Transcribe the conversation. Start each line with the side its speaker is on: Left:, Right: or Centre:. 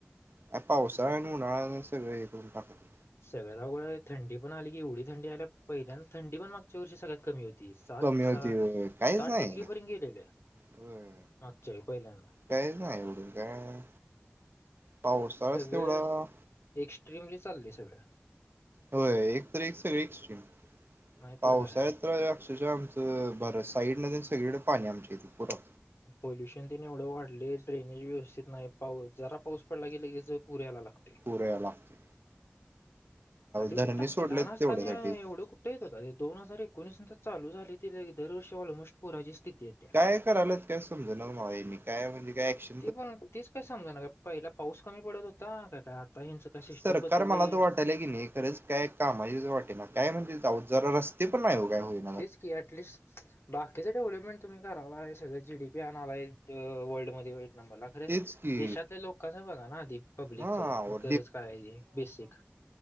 Right: ह्या पावसाळा आणि उन्हाळ्यानी सगळं हे करून टाकलं.
Left: सगळ्यात अवघड हाय थंडी पण आली की एवढी थंडी आल्या पहिल्यांदा थंडी पण मागच्या वर्षी सगळ्यात कमी होती. ती सात
Right: कमी होती
Left: सहा
Right: होय काहीच
Left: सात
Right: नाही
Left: डिग्री पर्यंत गेलेले
Right: होय
Left: मागच्या वेळी पहिल्यांदा
Right: काहीच नाही एवढं काय पावसाळाच
Left: सगळे
Right: तेवढं
Left: एक्स्ट्रीमली चाललय सगळं
Right: होय एक तर एक सगळी एक्स्ट्रीम
Left: नाहीतर
Right: पावसाळ्यात
Left: काय
Right: अक्षरशः आमच बराच साईडन तेन सगळीकडे पाणी आमच्या इथे पुढं
Left: पोल्युशन तेन एवढं वाढलय ड्रेनेज व्यवस्थित नाही जरा पाऊस पडला की लगेच पुर यायला लागतोय
Right: पूर यायला लागतोय
Left: आधी
Right: धरणे
Left: कुठ आपण
Right: सोडल्यात
Left: लहान असताना
Right: तेवढ्यासाठी
Left: एवढं कुठ येत होता रे दोन हजार एकोणवीस नंतर चालू झाली ते दरवर्षी ऑलमोस्ट पुराची स्थिती येते
Right: काय कराल्यात काय समजना मला ह्यांनी काय म्हणजे काय ऍक्शन
Left: ती पण तीच काय समजा काय पहिला पाऊस कमी पडत होता का काय यांचं काय सिस्टीम
Right: सरकार
Left: बदलले
Right: मला तर वाटालय कनी खरंच काय कामाचे वाटेना काय म्हणजे काय ओ जरा रस्ते पण नाही ओ काय होत
Left: तेच की ऍटलिस्ट बाकीचं डेव्हलपमेंट तुम्ही करालाय सगळं जी डी पी आणलाय आहे वर्ल्डमध्ये एक नंबरला अरे
Right: तेच की
Left: देशातल्या लोकांच बघा ना आधी पब्लिक
Right: हा
Left: च
Right: अहो
Left: गरज काय आहे बेसिक